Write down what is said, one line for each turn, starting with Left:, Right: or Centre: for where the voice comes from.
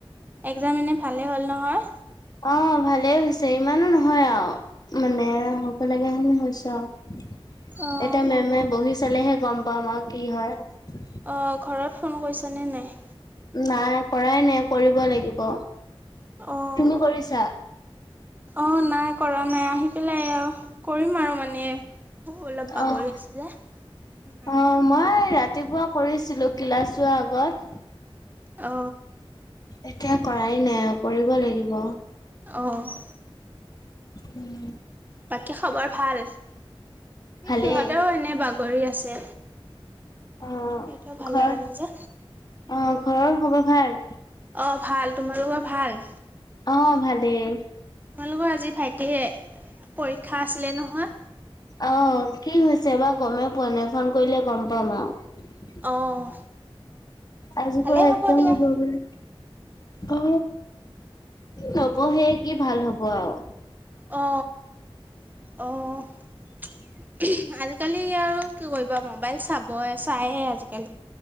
Right: এক্জাম এনেই ভালেই হ'ল নহয়?
Left: অ' ভালেই হৈছে ইমানো নহয় আৰু। মানে হ'ব লগা হেনে হৈছো আৰু।
Right: অঁ
Left: এতিয়া মেমে বহি চালেহে গম পামাম আৰু কি হয়।
Right: অ, ঘৰত ফোন কৰিছ নে নাই?
Left: নাই কৰাই নাই কৰিব লাগিব,
Right: অঁ
Left: তুমি কৰিছা?
Right: অঁ নাই কৰা নাই, আহি পেলাই এয়া, কৰিম আৰু মানে। নে, মইও অলপ বাগৰি
Left: অ',
Right: আছোঁ যে, সেই কাৰণে
Left: অ', মই ৰাতিপুৱা কৰিছিলোঁ ক্লাছ যোৱাৰ আগত।
Right: অ,
Left: এতিয়া কৰাই নাই আৰু, কৰিব লাগিব।
Right: অ'।
Left: উম।
Right: বাকী খবৰ ভাল, সেই
Left: ভালেই
Right: সিহঁতেও এনে বাগৰি আছে।
Left: অ',
Right: সিহঁতেও ভাল
Left: ঘৰ
Right: লগা নাই যে।
Left: অ', ঘৰৰ খবৰ ভাল?
Right: অ' ভাল তোমালোকৰ ভাল?
Left: অ' ভালেই।
Right: তোমালোঁকৰ আজি ভাইটিয়ে পৰীক্ষা আছিলে নহয়।
Left: অ, কি হৈছে বা গমেই পোৱা নাই, ফোন কৰিলে গম পাম আৰু।
Right: অ',
Left: আজি
Right: ভালেই
Left: পৰা এক্সাম
Right: দিয়া।
Left: হব বুলে। অ, নপঢ়েই, কি ভাল হ'ব আও।
Right: অ', অ, আজিকালি আৰু কি কৰিবা ম'বাইল চাব বয়ে চাইয়ে আজিকালি।